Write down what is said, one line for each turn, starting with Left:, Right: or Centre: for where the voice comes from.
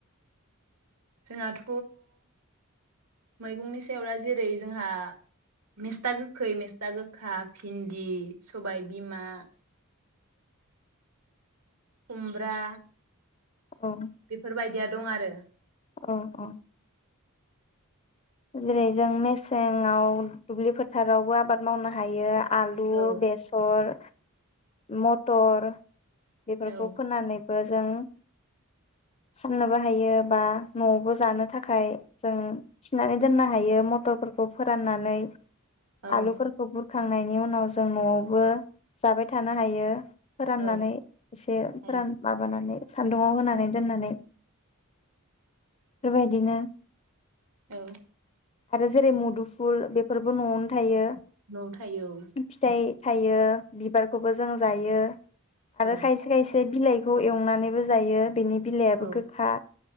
Right: जोंहाथ' मैगंनि सायाव दा जेरै जोंहा मेस्था गोखै, मेस्था गोखा, भिन्दि, सबाय बिमा खुमब्रा
Left: अ
Right: बेफोरबायदिया दं आरो
Left: अ अ जेरै जों मेसेंआव दुब्लि फोथारावबो आबाद मावनो हायो आलु,
Right: औ
Left: बेसर मटर बेफोरखौ
Right: औ
Left: फोननानै बो जों फाननोबो हायो बा नआवबो जानो थाखाय जों थिनानै दोननो हायो मथरफोरखौ फोराननानै
Right: औ
Left: आलुफोरखौ बुर खांनायनि उनाव जों नआवबो जाबाय थानो हायो। फोराननानै
Right: औ
Left: एसे फोरान
Right: हायो
Left: माबानानै सान्दुुंआव होनानै दोननानै बेबायदिनो
Right: औ
Left: आरो जेरै मुदुफुल बेफोरबो नआवनो थायो
Right: नआव थायो औ
Left: फिथाइ थायो बिबारखौबो जों जायो आरो
Right: औ
Left: खायसे खायसे बिलाइखौ एवनानैबो जायो बेनि बिलायाबो
Right: औ
Left: गोखा